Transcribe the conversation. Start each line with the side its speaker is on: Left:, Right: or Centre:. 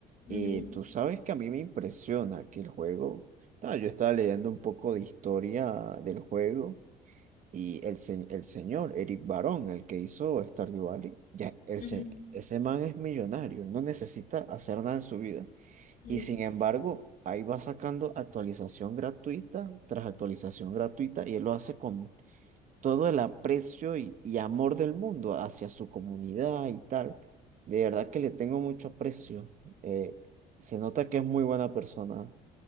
Left: Ujú,
Right: Y tú sabes que a mí me impresiona que el juego, Ah, yo estaba leyendo un poco de historia del juego y el, se- el señor Eric Barón, el que hizo Stardew Valley, ya, el
Left: ujú,
Right: se- ese man es millonario, él no necesita hacer nada en su vida
Left: ujú.
Right: Y sin embargo, ahí va sacando actualización gratuita tras actualización gratuita y él lo hace con todo el aprecio y, y amor del mundo hacia su comunidad y tal. De verdad que le tengo mucho aprecio. Eh, se nota que es muy buena persona.